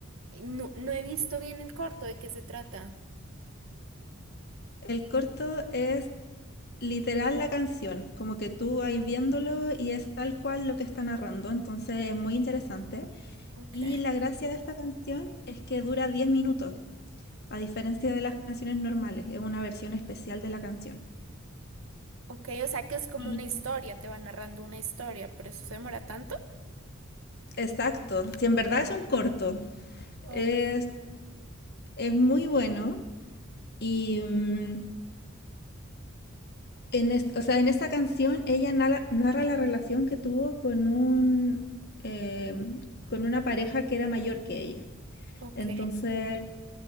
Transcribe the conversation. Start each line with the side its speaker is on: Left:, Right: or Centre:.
Right: No, no he visto bien el corto, ¿de qué se trata?
Left: El corto es Literal la canción, como que tú vas viéndolo y es tal cual lo que está narrando, entonces es muy interesante.
Right: Ok.
Left: Y la gracia de esta canción es que dura 10 minutos, a diferencia de las canciones normales, es una versión especial de la canción.
Right: Ok, o sea que es como
Left: Y
Right: una historia, te va narrando una historia, por eso se demora tanto.
Left: exacto, si en verdad es un corto,
Right: Ok.
Left: es, es muy bueno y mm, en es- o sea, en esta canción ella nala- narra, la relación que tuvo con un em, con una pareja que era mayor que ella.
Right: Ok.
Left: Entonces,